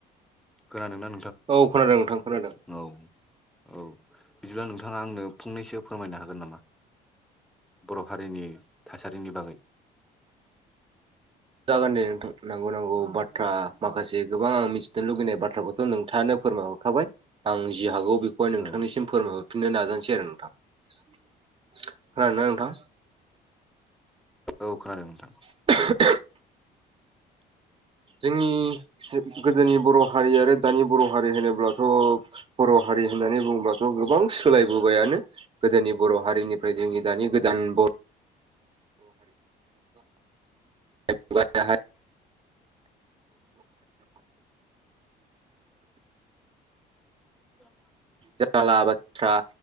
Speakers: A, in the centre; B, on the right.
A: खोन नों
B: औ खोनादों नोंथां खोनादों।
A: औ औ बिदिब्ला नोंथाङा आंनो फंनैसो फोरमायनो हागोन नामा? बर' हारिनि थासारिनि बागै।
B: जागोनदे नोंथां नांगौ नांगौ बाथ्रा माखासे गोबां आं मिथिनो लुुबैनाय बाथ्राखौ नोंथाङानो फोरमायहरखाबाय आं जि हागौ बेखौ बेहाय नोंथांनिसिम
A: औ
B: फोरमायहरफिननो नाजानोसै आरो नोंथां खोनादोंना नोंथां
A: औ खोनादों नोंथां
B: <inaudible> जोंनि गोदोनि बर' हारि आरो दानि बर' हारि होनोब्लाथ' बर' हारि होननानै बुंडोंबाथ' गोबां सोलायबोबायानो गोदोनि बर' हारिनिफ्राय जोंनि दानि गोदान बर' हारि
A: द <inaudible>
B: जाला बाथ्रा